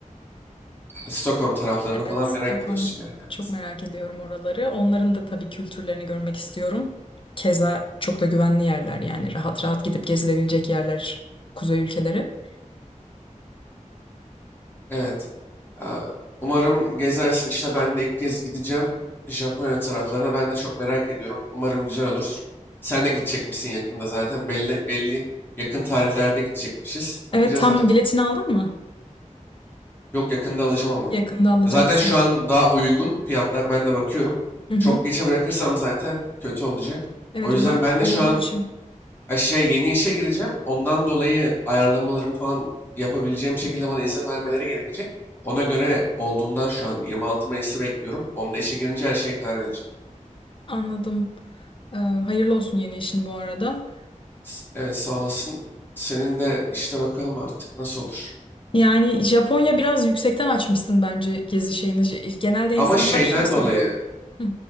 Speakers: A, on the left; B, on the left.
A: Stockholm taraflarını falan
B: Evet, Stockholm.
A: merak ediyorsun yani. Evet.
B: Çok merak ediyorum oraları. Onların da tabii kültürlerini görmek istiyorum. Keza çok da güvenli yerler yani rahat rahat gidip gezilebilecek yerler kuzey ülkeleri.
A: Evet. Ya, umarım gezersin işte ben de ilk kez gideceğim. Japonya taraflarına ben de çok merak ediyorum. Umarım güzel olur. Sen de gidecek misin yakında zaten belli belli yakın tarihlerde gidecekmişiz.
B: Evet
A: Bakacağız
B: tam
A: artık.
B: biletini aldın mı?
A: Yok yakında alacağım ama.
B: Yakında alacaksın.
A: Zaten şu an daha uygun fiyatlar ben de bakıyorum.
B: Hı hı.
A: Çok geçe bırakırsam zaten kötü olacak.
B: Evet
A: O yüzden
B: uzak
A: ben de
B: olduğu
A: şu an
B: için.
A: Aşağı yeni işe gireceğim. Ondan dolayı ayarlamalarımı falan yapabileceğim şekilde bana izin vermeleri gerekecek. Ona göre olduğundan şu an 26 Mayıs'ı bekliyorum. Onda işe girince her şeye karar vereceğim.
B: Anladım. Ee, hayırlı olsun yeni işin bu arada.
A: S- Evet sağ olasın. Senin de işte bakalım artık nasıl olur.
B: Yani Japonya biraz yüksekten açmışsın bence gezi şeyini. Genelde
A: Ama
B: insanlar
A: şeyden
B: şey söylüyor.
A: dolayı,
B: Hı